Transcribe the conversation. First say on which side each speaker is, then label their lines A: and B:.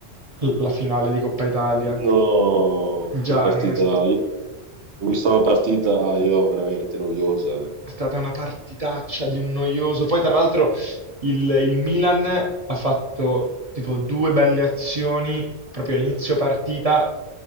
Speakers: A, on the right; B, on the right.
A: la finale di Coppa Italia.
B: No,
A: Già,
B: che partita.
A: non è...
B: Ho visto una partita io veramente noiosa. eh.
A: È stata una partitaccia di un noioso. Poi, tra l'altro, il, il Milan ha fatto tipo due belle azioni proprio a inizio partita